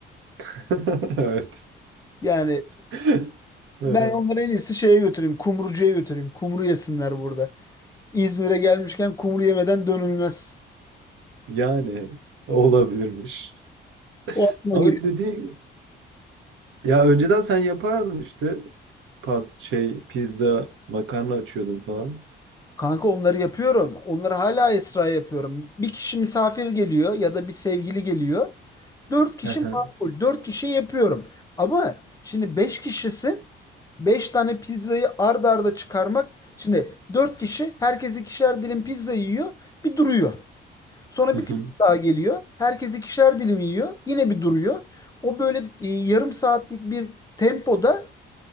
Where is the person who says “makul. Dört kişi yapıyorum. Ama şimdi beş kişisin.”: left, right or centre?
Left